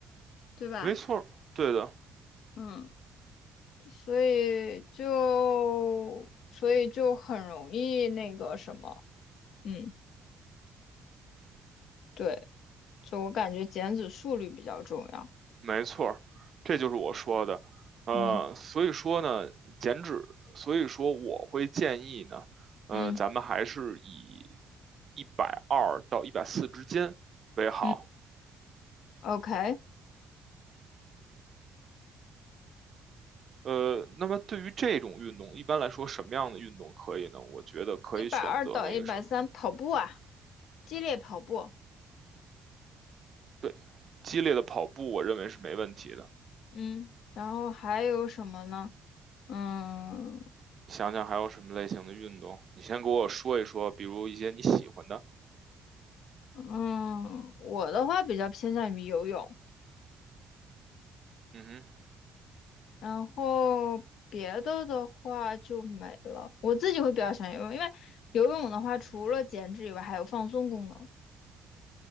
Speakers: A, on the left (about 75°); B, on the right (about 45°).
A: 对吧？
B: 没错对的，
A: 嗯，所以就所以就很容易那个什么，嗯，对，就我感觉减脂速率比较重要，
B: 没错儿，这就是我说的。呃，
A: 嗯。
B: 所以说呢，减脂，所以说我会建议呢，呃，
A: 嗯。
B: 咱们还是以一百二到一百四之间为好。
A: 嗯，OK，
B: 呃，那么对于这种运动，一般来说什么样的运动可以呢？我觉得可以选择那个什么，
A: 一百二到一百三跑步啊，激烈跑步。
B: 对，激烈的跑步，我认为是没问题的。
A: 嗯，然后还有什么呢？嗯
B: 想想还有什么类型的运动，你先给我说一说，比如一些你喜欢的。
A: 嗯，我的话比较偏向于游泳，
B: 嗯哼，
A: 然后别的的话就没了。我自己会比较喜欢游泳，因为游泳的话除了减脂以外，还有放松功能，